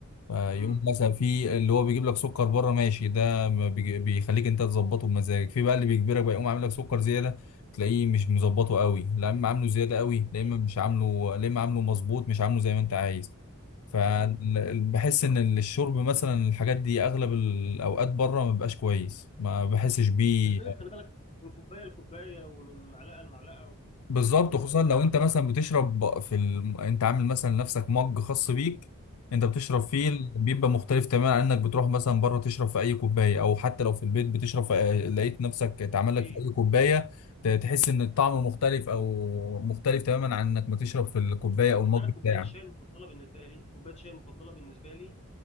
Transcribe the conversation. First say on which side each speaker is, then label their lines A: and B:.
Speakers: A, on the left; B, on the left.
A: فيقوم
B: امم
A: مثلا في اللي هو بيجيب لك سكر بره ماشي ده ما بيج- بيخليك انت تظبطه بمزاجك في بقى اللي بيجبرك بقى يقوم عامل لك سكر زياده تلاقيه مش مظبطه قوي لا اما عامله زياده قوي لا
B: ايوه
A: اما مش عامله لا اما عامله مظبوط مش عامله زي ما انت عايز فبحس
B: بالظبط
A: ان الشرب مثلا الحاجات دي اغلب الاوقات بره ما بيبقاش كويس ما بحسش بيه
B: وبتختلف خلي بالك من كوبايه لكوبايه ومن معلقه لمعلقه
A: بالظبط
B: و,
A: خصوصا لو انت مثلا
B: و...
A: بتشرب في ال... انت عامل مثلا لنفسك مج خاص بيك انت بتشرب فيه
B: امم
A: بيبقى مختلف تماما عن انك بتروح مثلا بره تشرب في اي كوبايه او حتى لو في البيت بتشرب في... لقيت نفسك اتعمل
B: صحيح
A: لك في اي كوبايه ت- تحس ان الطعم مختلف او مختلف تماما عن انك ما تشرب في الكوبايه او المج
B: بس انا كوبايه
A: بتاعك
B: الشاي المفضله بالنسبه لي كوبايه الشاي المفضله بالنسبه لي